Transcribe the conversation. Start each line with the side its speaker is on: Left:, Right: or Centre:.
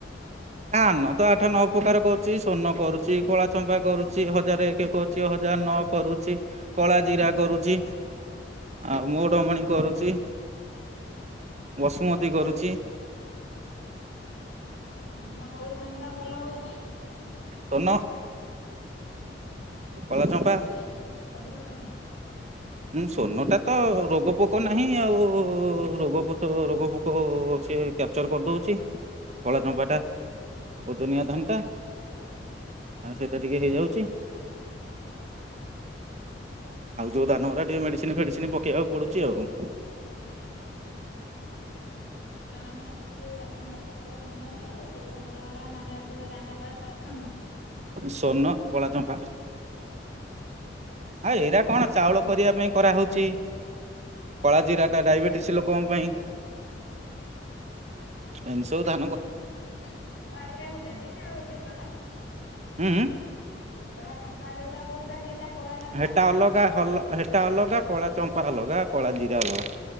Right: ଧାନ ତ ଆଠ ନଅ ପ୍ରକାର କରୁଛି, ସର୍ଣ୍ଣ କରୁଚି, କଳା ଚମ୍ପା କରୁଚି, ହଜାର ଏକ କରୁଛି, ହଜାର ନଅ କରୁଚି, କଳା ଜିରା କରୁଚି। ଆଉ ମଉଢମଣି କରୁଛି, ବସୁମତୀ କରୁଛି।
Left: ଧାନ କୋଉ ଧାନ ଟା ଭଲ ହଉଚି?
Right: ସର୍ଣ୍ଣ।
Left: <inaudible>
Right: କଳା ଚମ୍ପା
Left: ଅଧିକା ଇଏ ଯାଉଛି, <inaudible> ଅଧିକ ଧାନ।
Right: ଉଁ, ସର୍ଣ୍ଣ ଟା ତ ରୋଗପୋକ ନାହିଁ, ଆଉ ରୋଗ ପୁତ ରୋଗ ପୋକ ଅଛି ଏ କେ ଚର କରିଦଉଛି, କଳା ଚମ୍ପା ଟା ଓଜନିଆ ଧାନଟା। ଆଉ ସେଇଟା ଟିକେ ହେଇଯାଉଚି।
Left: <unintelligible>
Right: ଆଉ ଯୋଉ ଧାନ ଗୁଡା ଟିକେ ମେଡିସିନ ଫେଡିସିନ ପକେଇବାକୁ ପଡୁଛି ଆଉ।
Left: ହୁଁ ହ। ମାନେ ଏଠ ଯୋଉ ଆଠ ନ ପ୍ରକାର ଧାନରୁ କୋଉ ଧାନ ବା ମାନେ ଅଧିକ ଦାନା ପାଉଛ ସ୍ଵର୍ଣ।
Right: ସ୍ଵର୍ଣ୍ଣ କଳାଚମ୍ପା।
Left: ହୁଁ ହଁ।
Right: ଆଉ ଏଇରା କଣ ଚାଉଳ କରିବା ପାଇଁ କରାହଉଛି। କଳା ଜିରା ଟା ଡାଇବେଟିସ ଲୋକଙ୍କ ପାଇଁ। ଏନ୍ତି ସବୁ ଦା
Left: କଣଳା ଗୋଟେ କଳା ଜିରା ଗୋଟେ ଦିଟା ଦି ପ୍ରକାର।
Right: ଉଁ ଉଁ
Left: କଳା ଚମ୍ପା ଯୋଉଟା କହୁଛ ସେଇଟା କଳା ଚମ୍ପା
Right: ହେଟା
Left: କଳା
Right: ଅଲଗା ହଲ ହେଟା ଅଲଗା କଳା ଚମ୍ପା ଅଲଗା କଳା ଜିରା ଅଲଗା।